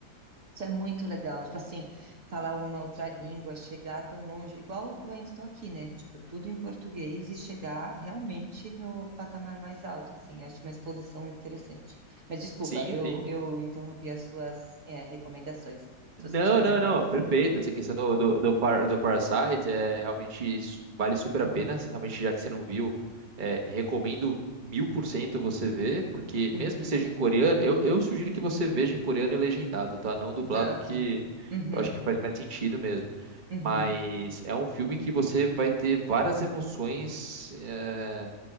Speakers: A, on the right (about 65°); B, on the right (about 35°).
A: Isso é muito legal. Tipo assim, falar uma outra língua, chegar tão longe, igual eu ainda estou aqui, né? Tipo, tudo em português e chegar realmente no patamar mais alto, assim. Acho uma exposição muito interessante. Mas desculpa,
B: Sim,
A: eu,
B: sim.
A: eu interrompi as suas, é, recomendações. Se
B: Não,
A: você tiver
B: não,
A: mais.
B: não. Perfeito. Essa questão do, do, do, par, do Parasite é realmente isso vale super
A: Uhum,
B: a pena. Realmente, já que você não viu, é, recomendo mil por cento você ver, porque
A: uhum.
B: mesmo que seja em coreano, eu, eu sugiro que você veja em coreano e legendado, tá? Não dublado,
A: Exato.
B: que
A: Uhum,
B: eu acho que faz mais sentido mesmo.
A: uhum.
B: Mas é um filme que você vai ter várias emoções, é,